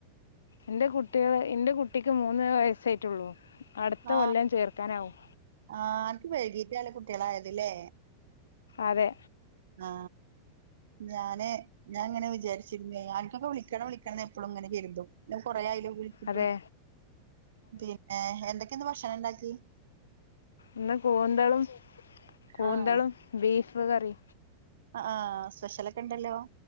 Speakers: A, on the left; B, on the right.
A: ഇന്റെ കുട്ടികൾ ഇന്റെ കുട്ടിക്ക് മൂന്ന് വയസ്സായിട്ടുള്ളൂ അടുത്ത
B: ആ
A: കൊല്ലം ചേർക്കാനാവും
B: ആ അനക്ക് വൈകീട്ടാലെ കുട്ട്യാളായത് ലേ
A: അതെ
B: ആ ഞാന് ഞാൻങ്ങനെ വിചരിച്ചിരുന്നേ അനക്കൊക്കെ വിളിക്കണം വിളിക്കണം എപ്പോഴുംങ്ങനെ കരുതും കൊറെ ആയല്ലോ പിന്നെ
A: അതെ
B: എന്തൊക്കെ ന്ന് ഭക്ഷണം ഉണ്ടാക്കി
A: ന്ന് കൂന്തളും കൂന്തളും
B: ആഹ്
A: ബീഫ് കറി
B: അ ആ സ്പെഷ്യലൊക്കെണ്ടല്ലോ